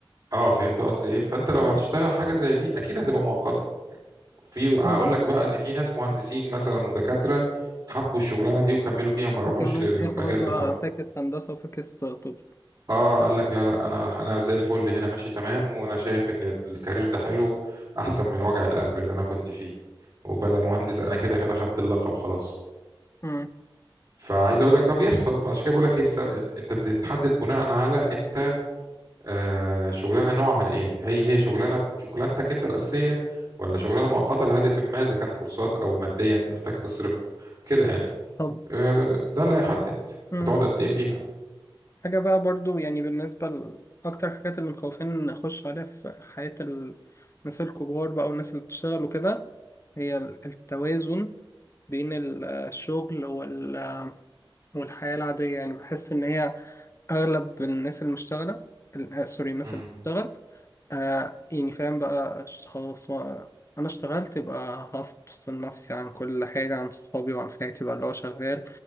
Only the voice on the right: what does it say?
اه فهمت قصدي ايه فانت لو
هتشتغل حاجة زي دي اكيد هتبقى مؤقتة في اقول
لك بقى ان في ناس مهندسين مثلا ودكاترة حبوا الشغلانة دي وكملوا فيها وما روحوش
للمجال
بتاعهم
اه قال لك لا لا انا انا زي الفل هنا ماشي تمام وانا شايف ان الكارير ده حلو احسن من وجع القلب اللي انا كنت فيه وبلا مهندس انا كده كده خدت اللقب خلاص
فعايز اقول لك ده بيحصل فعشان كده بقول لك ايه الس- انت بتتحدد بناء على انت آه شغلانه نوعها ايه هي هي شغلانه شغلانتك انت الاساسيه ولا شغلانه مؤقته لهدف ما اذا كان كورسات او ماديا محتاج تصرف كده يعني
آه ده اللي هيحدد
هتقعد قد ايه فيها
امم